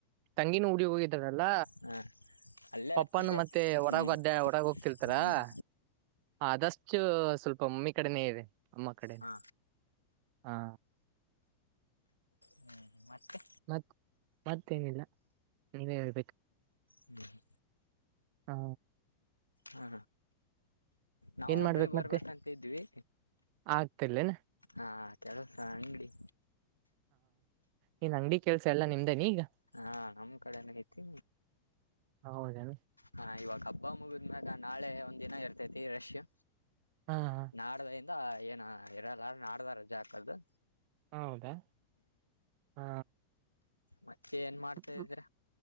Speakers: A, on the right; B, on the left.
A: ತಂಗಿನ ಊಡಿ ಹೋಗಿದಾರಲ್ಲ
B: ಹಾ ಅಲ್ಲೇ
A: ಪಪ್ಪನ್
B: ಇರ್ತಿದ್ದೆ
A: ಮತ್ತೆ ಒಡಗ
B: ಹ್ಮ್
A: ಅಡ್ಡ ಒಡಗ ಹೋಗ್ತಿರ್ತಾರ
B: ಹ್ಮ್
A: ಹ ಆದಷ್ಟು ಸ್ವಲ್ಪ ಮಮ್ಮಿ ಕಡೆನೇ ಇದೆ ಅಮ್ಮ ಕಡೆನ
B: ಹಾ
A: ಹಾ
B: ಹ್ಮ್ ಮತ್ತೆ
A: ಮತ್ ಮತ್ತೇನಿಲ್ಲ ನೀವೇ ಹೇಳ್ಬೇಕು
B: ಹ್ಮ್
A: ಹಾ
B: ಹಾ ನಾವು
A: ಏನ್ ಮಾಡ್ಬೇಕು
B: ಒಬ್ಳಿಗ್ ಬರ್ಬೇಕಂತಿದ್ವಿ
A: ಮತ್ತೆ ಆಗ್ತಿರ್ಲೇನ
B: ಹಾ ಕೆಲಸ ಅಂಗಡಿ
A: ನೀನ್ ಅಂಗಡಿ ಕೆಲ್ಸ ಎಲ್ಲ ನಿಮ್ದೇನಿ ಈಗ
B: ಹಾ ನಮ್ಮ್ ಕಡೆ ಐತಿ
A: ಹೌದೇನ
B: ಹ ಇವಾಗ ಬಾ್ ಮುಗಿದ್ಮ್ಯಾಗ ನಾಳೆ ಒಂದ್ ದಿನ ಇರ್ತೈತಿ ರಷ್ಯಾ
A: ಹಾ ಹಾ
B: ನಾಡ ಏನ ಎರ ಆಡ್ದ ರಜೆ ಹಾಕ್ದು
A: ಹೌದಾ ಹಾ
B: ಮತ್ತೆ ಏನ್ ಮಾಡ್ತಾ
A: ್ಮ
B: ಇದ್ರ